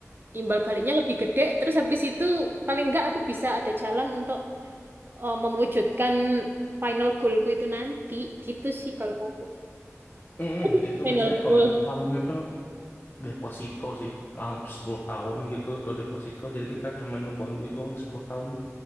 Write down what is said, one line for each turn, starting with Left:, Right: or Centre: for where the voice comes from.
Right: imbal baliknya lebih gede, terus habis itu paling enggak aku bisa ada jalan untuk eh, mewujudkan final goalku itu nanti. Gitu sih kalau aku.
Left: Mm-mm,
Right: <laughs>
Left: itu
Right: Final
Left: biasanya kalau
Right: goal.
Left: dari bank itu deposito sih ah, 10 tahun gitu untuk deposito jadi kita cuma nyumbang duit doang sepuluh tahun